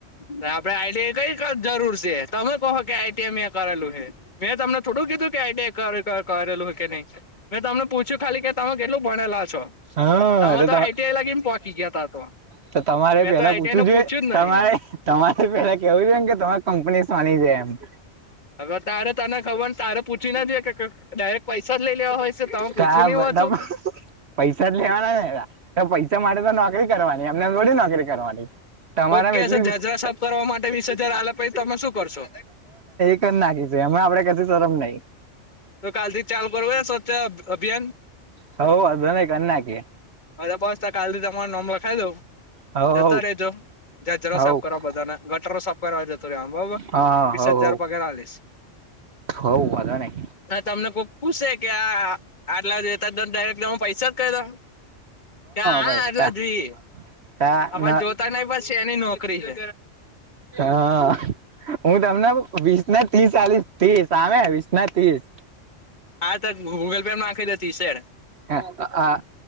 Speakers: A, on the left; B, on the right.
A: ના આપડે આઈ ટી આઈ કઈક જરૂર શે તમે કહો કે આઈ ટી આઈ મે કરેલું હે. મેં તમને થોડું કીધું કે આઈ ટી આઈ કર કર કરેલું કે નહી, મેં તમને પૂછ્યું ખાલી કે તમે કેટલું ભણેલા છો,
B: હા
A: તમે તો આઈ ટી આઈ લગીન પોચી ગીયા તા તો.
B: તો તમારે
A: મેં
B: પેલા
A: તો આઈ
B: પૂછવું
A: ટી આઈ નું
B: જોઈએ
A: પૂછ્યું જ
B: તમારે
A: નહી.
B: તમારે પેલા કેવું જોયે ને કે તમારે કંપની સાની છે એમ.
A: હવે તારે તને ખબરને તારે પૂછીને જે કે ક ક ડાયરેક્ટ પૈસા જ લે લેવા હોય. છે તમે પૂછ્યું
B: કા
A: નહી
B: બતમ.
A: હોતું
B: પૈસા જ લેવાના અલા તો પૈસા માટે તો નોકરી કરવાની એમને એમ થોડી નોકરી કરવાની. તમારામાં
A: ઓકે,
B: એટલી
A: જાજારા સાફ કરવા માટે વીસ હજાર આલે પહી તમે શું કરશો?
B: કર નાખીશું એમા આપણે કશું શરમ નઈ.
A: તો કાલથી ચાલું કરવું હે સ્વચ્છતા અભ અભિયાન
B: હવ વાંધો નઈ કરી નાખીએ
A: હાલ પાચ ટકા કાલથી તમારું નોમ લખાવી દઉ.
B: હવ
A: જતા રેજો જાજારા
B: હવ
A: સાફ
B: હવ
A: કરવા બધાના ગટરો સાફ કરવા જતું રેવાનું, બરોબર
B: હા
A: વીસ
B: હવ
A: હજાર
B: હવ
A: પગાર હાલીસ
B: હવ વાંધો નઈ
A: હ, તમને કોક પૂશે કે આ. આટલા જોઈતા ત ડાયરેક્ટ તમે પૈસા જ કહી દો કે હા,
B: ભાઈ
A: આટલા
B: તા
A: જોઈએ.
B: તા
A: હ, પણ
B: ન
A: જોતા નઈ બસ સેની નોકરી હે.
B: હ, હું તમને વીસના તીસ હાલીસ તીસ આવે વીસના તીસ
A: હા, તો ગૂગલ પે માં નાખી દે તીસ સે.
B: આ અ આ